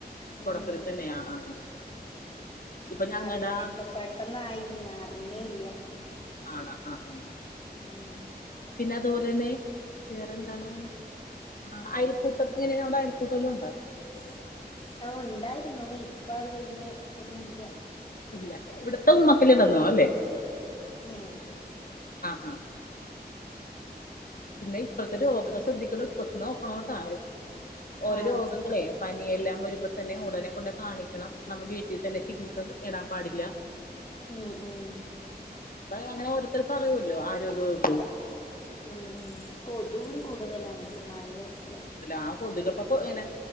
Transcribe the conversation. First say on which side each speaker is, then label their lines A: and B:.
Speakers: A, on the left; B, on the left.
A: ഉം
B: തൊടക്കത്തി തന്നെ ആഹ് ആഹ് ആഹ് ഇപ്പൊ ഞങ്ങടാ
A: അതന്നെ ഇപ്പൊ പെട്ടെന്നായിരിക്കുന്ന് അറിഞ്ഞേ ഇല്ല
B: ആണാ ആഹ് ആഹ്
A: ഉം
B: പിന്നെ അതുപോലെന്നെ വേറെ എന്താണ് ആഹ് അയൽക്കൂട്ടം എങ്ങനെയാ അവിടെ അയൽക്കൂട്ടലും ഉണ്ടോ
A: <unintelligible> ഓഹ് ഉണ്ടായിരുന്നു ഇപ്പൊ അത് വലിയ ഇതൊന്നുംല്ല
B: ഇല്ല ഇവിടുത്തെ ഉമ്മക്കല്ലേ
A: ഉം
B: തന്നോ അല്ലേ
A: ഉം
B: ആ ആ പിന്നെ ഇപ്പഴത്തെ രോഗങ്ങൾ ശ്രദ്ധ്രി കണട്ടോ ഇപ്പതന്നെ നോക്കണാട്ടാ ഓരോ
A: ആഹ്
B: രോഗങ്ങളെ പനിയെല്ലാം വരുമ്പോ തന്നെ ഉടനെ കൊണ്ട് കാണിക്കണം നമ്മ വീട്ടിൽ തന്നെ ചികിത്സ തേടാൻ പാടില്ല
A: ഉം ഉം
B: അപ്പ അങ്ങനെ ഓരോരുത്തര് പറയൂല്ലോ ആരോഗ്യവകുപ്പ്
A: ഉം ഉം കൊതും കൂടുതലാണ് ഇപ്പം മഴയായപ്പോളേ
B: ആഹ് കൊതുക് പ്പൊനെ